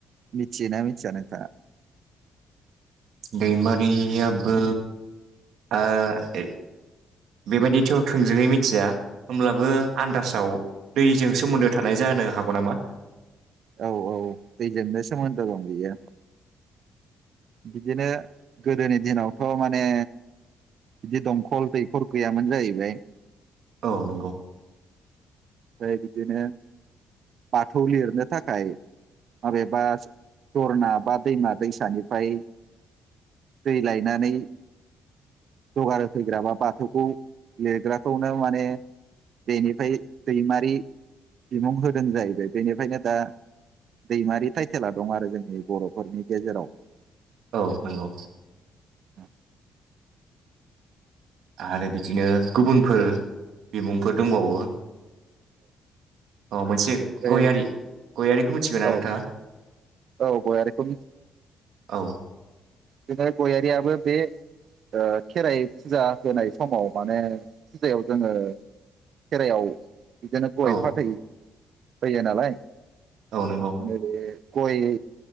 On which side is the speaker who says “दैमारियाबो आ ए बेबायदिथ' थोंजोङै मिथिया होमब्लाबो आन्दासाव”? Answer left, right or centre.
Right